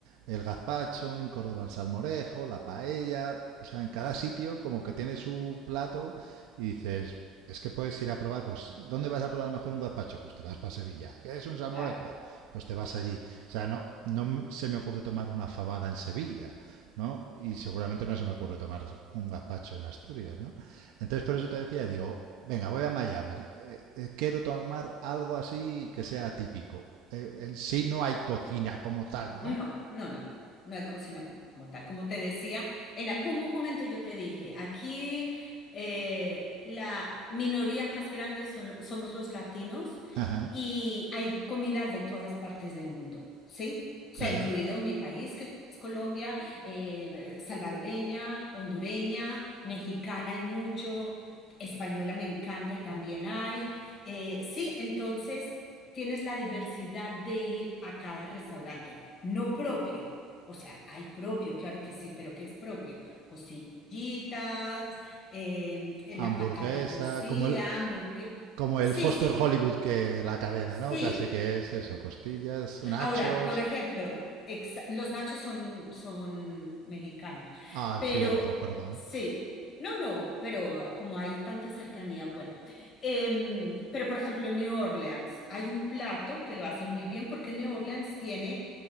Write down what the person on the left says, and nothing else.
claro.
No, no, no, no, no hay cocina como tal. Como te decía, en algún momento yo te dije, aquí eh, la minoría más grande son lo- somos los latinos
y hay comida de todas partes del mundo, ¿sí? O
sea, incluido mi país, que es Colombia, eh, salvadoreña, hondureña, mexicana hay mucho, española me encanta y también hay. Eh, sí, entonces... tienes la diversidad de ir a cada restaurante, no propio. O sea, hay propio, claro que sí, pero ¿qué es propio? Costillitas, eh, la
patata cocida,
hamburguesa.
Sí,
sí,
co-
sí.
Ahora, por ejemplo, exa- los nachos son, son mexicanos,
pero
sí, no, no, pero como hay tanta cercanía, bueno. Em, pero por ejemplo, en New Orleans hay un plato que lo hace muy bien porque New Orleans tiene